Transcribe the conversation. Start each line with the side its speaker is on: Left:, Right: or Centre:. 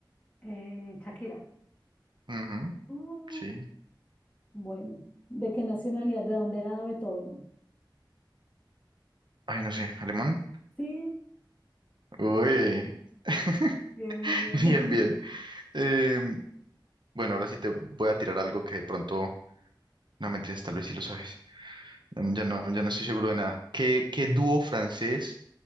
Left: eh, Shakira.
Right: Ujú,
Left: Mm,
Right: sí.
Left: bueno, ¿de qué nacionalidad? ¿De dónde era Beethoven?
Right: Ay, no sé, ¿alemán?
Left: Sí.
Right: Uy. <laughs>
Left: Bien, bien, bien.
Right: Bien,
Left: <laughs>
Right: bien. Em, Bueno, ahora sí te voy a tirar algo que de pronto, no mentiras, tal vez sí lo sabes. Mm, Ya no, ya no estoy seguro de nada. ¿Qué, qué dúo francés